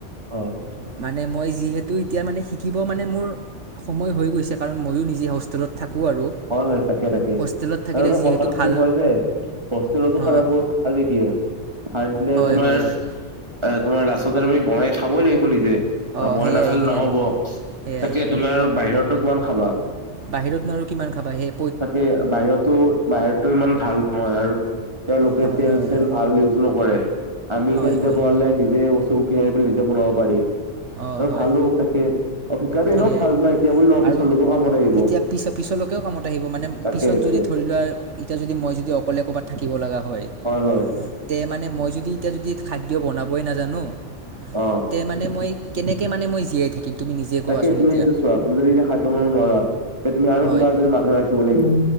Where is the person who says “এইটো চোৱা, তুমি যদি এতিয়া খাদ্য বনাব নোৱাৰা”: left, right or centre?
Right